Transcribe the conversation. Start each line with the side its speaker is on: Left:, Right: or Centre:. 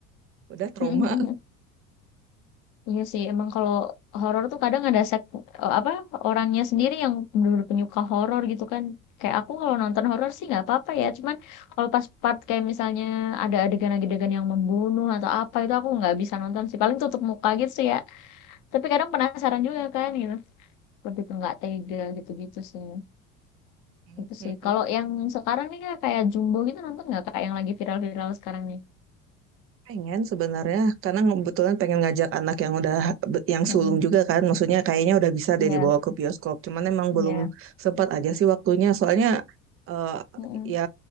Right: udah trauma.
Left: <laughs> Iya sih, emang kalau horor tuh kadang ada sek eee, apa, orangnya sendiri yang benar bener penyuka horor gitu kan. Kayak aku kalau nonton horor sih nggak apa-apa ya, cuman kalau pas part kayak misalnya ada adegan-adegan yang membunuh atau apa, itu aku nggak bisa nonton sih, paling tutup muka gitu sih ya. Tapi kadang penasaran juga kan gitu, lebih ke nggak tega gitu-gitu sih,
Right: <laughs>
Left: itu sih. Kalau yang sekarang nih Kak, kayak Jumbo gitu nonton nggak kayak yang lagi viral-viral sekarang nih?
Right: Pengen sebenarnya karena kebetulan pengen ngajak anak yang udah yang
Left: Mhm,
Right: sulung juga kan. Maksudnya kayaknya udah bisa deh
Left: iya
Right: dibawa ke bioskop. Cuman emang
Left: iya,
Right: belum sempat aja sih waktunya. Soalnya eh,
Left: mhm,
Right: ya